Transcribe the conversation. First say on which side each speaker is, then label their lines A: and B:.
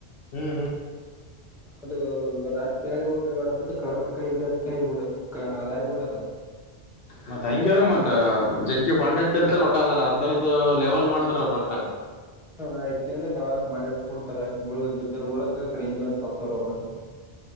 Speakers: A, on the left (about 60°); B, in the centre.
A: ಹ್ಮ್
B: ಅದು ರಾಜಕಿ ಕೈ ಡತ ಕಳಪೆ ಕೈಗಾರಿಕೆ ಆಗಿಬಿಟ್ಟ ಅದ ಆಗಿಬಿಟ್ಟದ ಹ
A: ಮತ್ ಹಂಗಗೆದ ಮತ್ತತ್ ಜಗ್ಗಿ ಫಂಡ್ ಎತ್ತಿರ್ತಾರ ಒಟ ಅದಾರ ಅದರದ ಲೆವೆಲ್ ಮಾಡ್ತಾರ ಅವ ರೊಕ್ಕ
B: ಹ ಆಯ್ತಿ ಅಂದ್ರ ಕ್ರಾಸ್ ಮಾಡಿ ಕೊಡ್ತಾರೆಳ ಬಿದ್ದರ ಬಳಕ ಆ ಕಡೆಿಂದ್ಲ ಸತ್ತವರ್ ಅವಲ <inaudible>